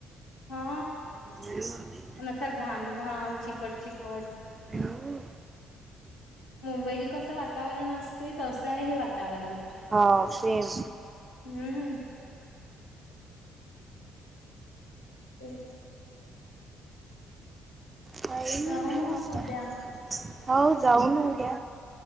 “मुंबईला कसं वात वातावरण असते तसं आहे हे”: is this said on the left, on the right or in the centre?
Left